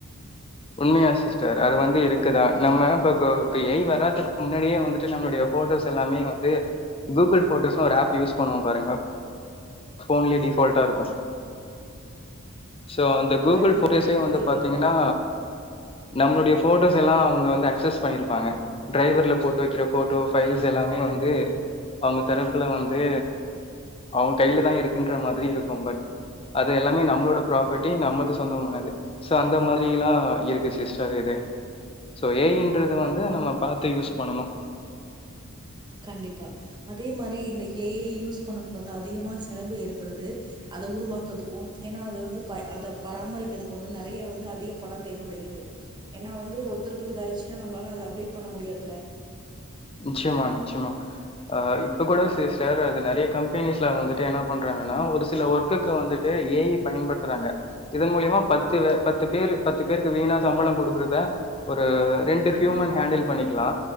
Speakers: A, on the left (about 25°); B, on the right (about 20°).
A: உண்மயா சிஸ்டர் அது வந்து இருக்குதா நம்ம இப்ப கு இப்ப ஏ ஐ வராதுக்கு முன்னாடியே வந்துட்டு நம்ளுடய ஃபோட்டோஸ் எல்லாமே வந்து கூகுள் ஃபோட்டோஸ்னு ஒரு ஆப் யூஸ் பண்ணுவோ பாருங்க ஃபோன்லயே டிஃபால்டா இருக்கு சோ அந்த கூகுள்
B: கண்டிப்பா
A: ஃபோட்டோஸே
B: கண்டிப்பா
A: வந்து
B: இருக்கு
A: பாத்தீங்னா
B: பாத்திருக்கே
A: நம்ளுடய ஃபோட்டோஸ் எல்லா அவுங்க வந்து அக்சஸ் பண்ணிருபாங்க டிரைவர்ல போட்டு வைக்ற ஃபோட்டோ ஃபைல்ஸ் எல்லாமே வந்து அவுங்க தரப்ல வந்து அவ் கைலதா இருகுன்ற மாதிரி இருக்கு பட் அது எல்லாமே நம்ளோட ப்ராபர்ட்டி நமக்கு சொந்தமானது சோ அந்த மாரில்லா இருக்கு சிஸ்டர் இது சோ ஏ ஐ ன்றது வந்து நம்ம பாத்து யூஸ் பண்ணணு
B: கண்டிப்பா அதே மாரி இந்த கே ஐ யூஸ் பண்ணதுக்கு வந்து அதிகமா செலவு ஏற்படுது அத உருவாக்றதுகு ஏன்னா அது வந்து பய அத பராமரிக்றதுகு வந்து நெறய வந்து அதிக பணோ தேவபடுகிறது ஏன்னா வந்து ஒருத்தர் போயி இதாயிடுசுனா நம்ளால அத அப்டேட் பண்ண முடியாதுல
A: நிச்சயமா நிச்சயமா ஆ இப்ப கூட சிர் சேர் அது நெறயா கம்பெனிஸ்ல வந்துட்டு என்னா பண்றாங்னா ஒரு சில ஒர்க்குகு வந்துட்டு ஏ ஐ பயன்படுத்றாங்க இதன் மூலியமா பத்து பத்து பேரு பத்து பேருக்கு வீணா சம்பளோ குடுக்றத ஒரு ரெண்டு ஹூமன் ஹேண்டில் பண்ணிக்லா